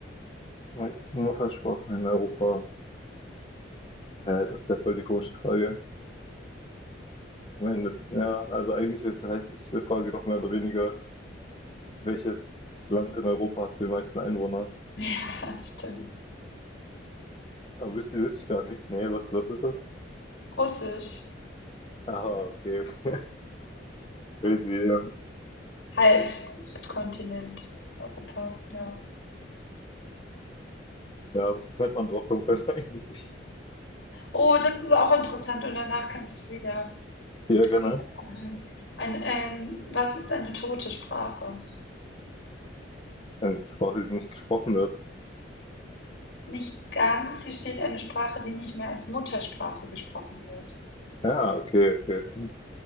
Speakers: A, on the left (about 25°); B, on the left (about 60°).
A: Meisten Muttersprachen in Europa? Hä, das ist ja voll die komische Frage. Ich meine, das, ja, also eigentlich ist, heißt es die Frage doch mehr oder weniger, welches Land in Europa hat die meisten Einwohner?
B: <laughs> Stimmt.
A: Aber wüsste, wüsste ich gar nicht. Nee, was, was ist das?
B: Russisch.
A: Aha, okay. <laughs> Crazy, ja.
B: Halt, Kontinent, Europa, ja.
A: Ja, hätte man drauf kommen können <laughs> eigentlich.
B: Oh, das ist auch interessant und danach kannst du wieder
A: Ja, genau.
B: Wiedervorlesen. Ein, ähm, was ist eine tote Sprache?
A: Eine Sprache, die nicht gesprochen wird.
B: Nicht ganz. Hier steht eine Sprache, die nicht mehr als Muttersprache gesprochen wird.
A: Ja, okay, okay. okay.